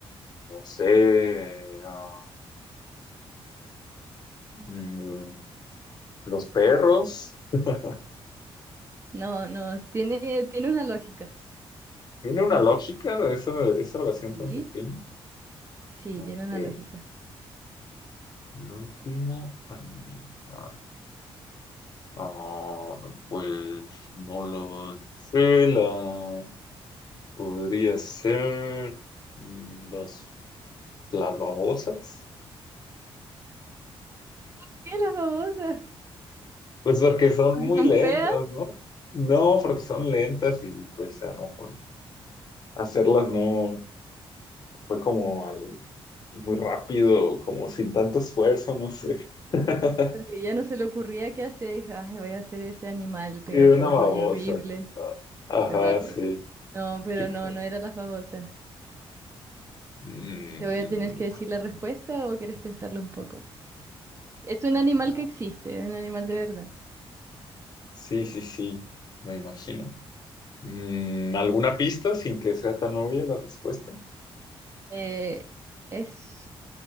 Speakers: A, on the left; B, on the right.
A: no sé, ah, mm, los perros. <laughs>
B: No, no, tiene, tiene una lógica.
A: ¿Tiene una lógica de esa, esa oración
B: Sí.
A: tan pequeña?
B: Sí,
A: Ok,
B: tiene una
A: el
B: lógica.
A: último animal. Ah, pues no lo sé, la podría ser mm, los, las babosas.
B: ¿Por qué las babosas?
A: Pues porque son
B: Porque
A: muy
B: son
A: lentas,
B: feas,
A: ¿no? No, porque son lentas y pues a lo mejor hacerlas no. Fue como al- muy rápido, como sin tanto esfuerzo, no sé. <laughs>
B: porque ya no se le ocurría qué hacer. Dijo, ay, voy a hacer ese animal pegajoso
A: Y una babosa.
B: y horrible.
A: Ah, Ajá,
B: Es babosa.
A: sí.
B: No, pero
A: Exacto.
B: no, no era las babosas.
A: Mm,
B: ¿Te voy a tener que decir la respuesta o quieres pensarlo un poco? Es
A: ah,
B: un animal que existe, es un animal de verdad.
A: sí, sí, sí, me imagino. Mm, ¿alguna pista sin que sea tan obvia la respuesta?
B: Eh, es